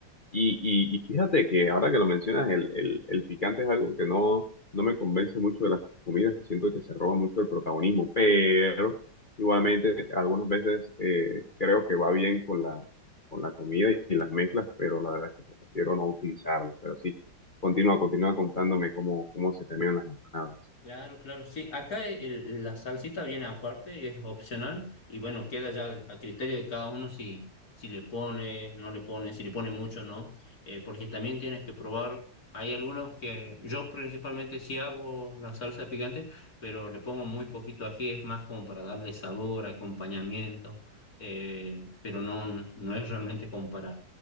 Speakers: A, on the left (about 35°); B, on the left (about 50°).
A: Y, y, y fíjate que ahora que lo mencionas, el, el, el picante es algo que no, no me convence mucho de las comidas, siento que se roba mucho el protagonismo, pero igualmente algunas veces eh, creo que va bien con la, con la comida y, las mezclas, pero la verdad es que prefiero no utilizarlo. Pero sí, continúa, continúa contándome cómo, cómo se terminan las empanadas.
B: Claro, claro, sí. Acá el- la salsita viene aparte, es opcional y bueno, queda ya a criterio de cada uno si, si le pone, no le pone, si le pone mucho no, Eh, porque también tienes que probar. Hay algunos que yo principalmente sí hago la salsa picante, pero le pongo muy poquito ají, es más como para darle sabor, acompañamiento, eh, pero no, no es realmente comparable